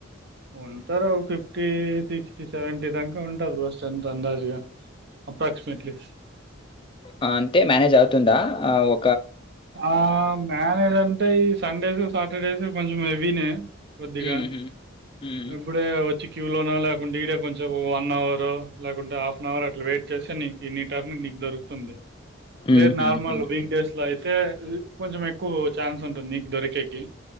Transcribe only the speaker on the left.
ఆ అంటె మేనేజ్ అవుతుందా ఆ ఒ
హ్మ్. హ్మ్. హ్మ్.
హ్మ్.
హ్మ్.
హ్మ్.